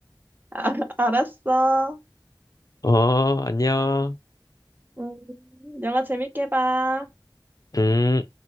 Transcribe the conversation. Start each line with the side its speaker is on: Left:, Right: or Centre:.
Right: <laughs> 아, 알았어.
Left: 어, 안녕.
Right: 음, 영화 재밌게 봐.
Left: 음.